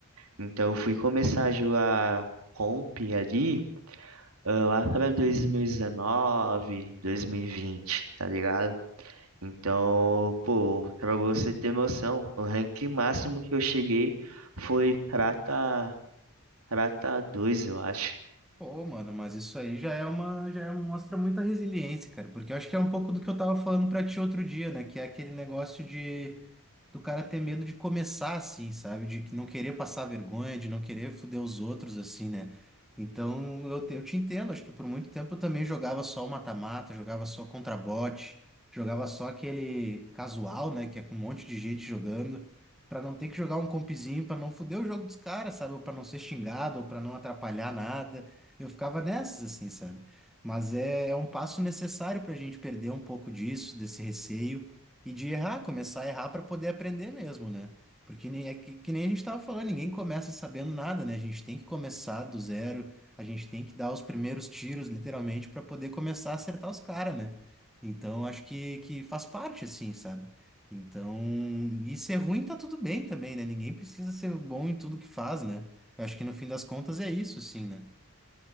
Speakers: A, on the right; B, in the centre.
A: Então eu fui começar a jogar comp ali, ah, lá pra 2019, 2020, tá ligado? Então, pô, pra você ter noção, o rank máximo que eu cheguei foi prata, prata 2 eu acho.
B: Pô, mano, mas isso aí já é uma, já é- mostra muita resiliência, cara, porque eu acho que é um pouco do que eu tava falando pra ti outro dia, né? Que é aquele negócio de do cara ter medo de começar assim, sabe? De que não querer passar vergonha, de não querer foder os outros assim, né? Então eu te, eu te entendo, acho que por muito tempo eu também jogava só o mata-mata, jogava só contra bot, jogava só aquele casual, né? Que é com um monte de gente jogando, pra não ter que jogar um compzinho, pra não foder o jogo dos caras, sabe? Ou pra não ser xingado, ou pra não atrapalhar nada. Eu ficava nessas assim, sabe? Mas é, é um passo necessário pra gente perder um pouco disso, desse receio e de errar, começar a errar para poder aprender mesmo, né? Porque nem, é que, que nem a gente estava falando, ninguém começa sabendo nada, né? A gente tem que começar do zero, a gente tem que dar os primeiros tiros, literalmente, para poder começar a acertar os caras, né? Então, acho que, que faz parte, assim, sabe? Então, e ser ruim tá tudo bem também, né? Ninguém precisa ser bom em tudo que faz, né? Eu acho que no fim das contas é isso, assim, né?